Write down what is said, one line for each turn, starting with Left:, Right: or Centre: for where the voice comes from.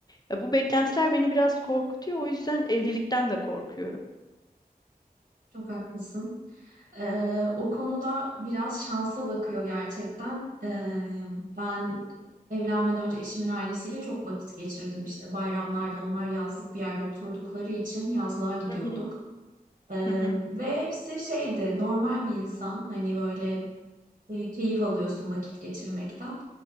Left: Ya bu beklentiler beni biraz korkutuyor. O yüzden evlilikten de korkuyorum.
Right: Çok haklısın. Ee, o konuda biraz şansa bakıyor gerçekten. Ee, ben evlenmeden önce eşimin ailesiyle çok vakit geçirdim işte. Bayramlarda onlar yazlık bir yerde oturdukları için yazlığa gidiyorduk.
Left: Hı hı.
Right: Ee,
Left: Hı hı.
Right: ve hepsi şeydi normal bir insan hani böyle e, keyif alıyorsun vakit geçirmekten.